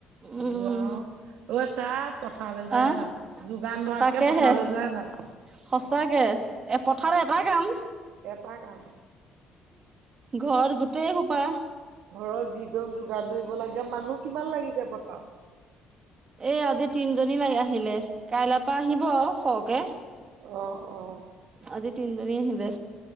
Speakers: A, on the right (about 40°); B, on the right (about 75°).
A: উম
B: গোৱা অ আচ্ছা পথাৰলে যোৱাই
A: আহ
B: ভাল যোগান ধৰাতকে
A: তাকেহে
B: পথাৰলে যোৱাই ভাল
A: সঁচাকে এ পথাৰত এটা কাম
B: এটা কাম
A: ঘৰত গোটেই সোপা
B: ঘৰত যিদম যোগান ধৰিব লাগে মানুহ কিমান লাগিছে পথাৰত
A: এই আজি তিনজনী লাগ আহিলে কাইলে পৰা আহিব সৰকে
B: অ অ
A: আজি তিনিজনী আহিলে